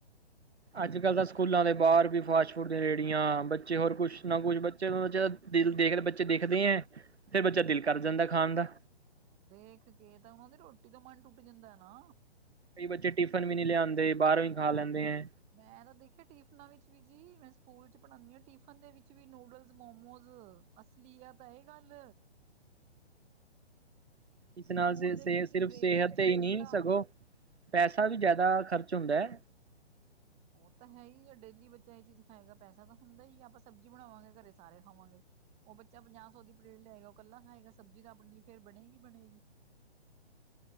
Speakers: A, on the right; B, on the right.
A: ਅੱਜ ਕੱਲ੍ਹ ਤਾਂ ਸਕੂਲਾਂ ਦੇ ਬਾਰ ਵੀ ਫਾਸਟ ਫੂਡ ਦੀ ਰੇੜੀਆਂ ਬੱਚੇ ਹੋਰ ਕੁਛ
B: ਬਸ
A: ਨਾ ਕੁਛ
B: ਬਸ
A: ਬੱਚੇ ਨੂੰ ਦਿਲ ਦੇਖਦੇ ਬੱਚੇ ਦੇਖਦੇ ਐ ਫੇਰ ਬੱਚਾ ਦਿਲ ਕਰ ਜਾਂਦਾ ਖਾਣ ਦਾ।
B: ਹਾਂ ਦੇਖ ਕੇ ਤਾਂ ਓਨਾਂ ਦੀ ਰੋਟੀ ਦਾ ਮਨ ਟੁੱਟ ਜਾਂਦਾ ਨਾ।
A: ਕਈ ਬੱਚੇ ਟਿਫਨ ਵੀ ਨੀ ਲਿਆਂਦੇ ਬਾਰੋਂ ਈ ਖਾ ਲੈਂਦੇ ਐਂ।
B: ਮੈਂ ਤਾਂ ਦੇਖਿਆ, ਟਿਫਨਾਂ ਵਿੱਚ ਵੀ ਜੀ ਮੈਂ ਸਕੂਲ ਚ ਪੜ੍ਹਾਨੀ ਆ ਟਿਫਨ ਦੇ ਵਿੱਚ ਵੀ ਨੂਡਲਸ, ਮੋਮੋਜ਼। ਅਸਲੀਅਤ ਏ ਗੱਲ।
A: ਇਸ ਨਾਲ
B: ਸਕੂਲ
A: ਸ
B: ਦੇ
A: ਸ
B: ਵਿੱਚ
A: ਸਿਰਫ਼
B: ਬ੍ਰੇਕ
A: ਸਿਹਤ
B: ਦੇ ਵਿੱਚ
A: ਤੇ ਈ
B: ਠੰਡਾ
A: ਨੀ ਸਗੋਂ ਪੈਸਾ ਵੀ ਜਾਦਾ ਖਰਚ ਹੁੰਦੈ।
B: ਓ ਤਾਂ ਹੈ ਈ ਆ ਡੇਲੀ ਬੱਚਾ ਏ ਚੀਜ਼ ਖਾਏਗਾ ਪੈਸਾ ਤਾਂ ਹੁੰਦਾ ਈ ਆ ਆਪਾਂ ਸਬਜ਼ੀ ਬਣਾਵਾਂਗੇ ਘਰੇ ਸਾਰੇ ਖਾਵਾਂਗੇ। ਓ ਬੱਚਾ ਪੰਜਾਹ ਸੌ ਦੀ ਪਲੇਟ ਲਿਆਇਗਾ ਓ ਕੱਲਾ ਖਾਏਗਾ ਸਬਜ਼ੀ ਤਾਂ ਆਪਣੇ ਲਈ ਫੇਰ ਬਣੇਗੀ-ਬਣੇਗੀ।